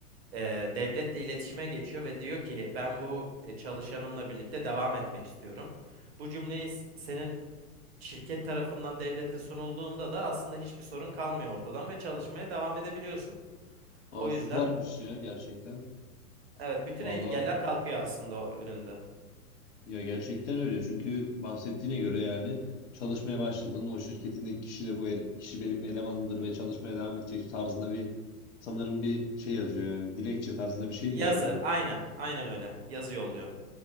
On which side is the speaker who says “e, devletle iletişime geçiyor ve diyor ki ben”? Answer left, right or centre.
Right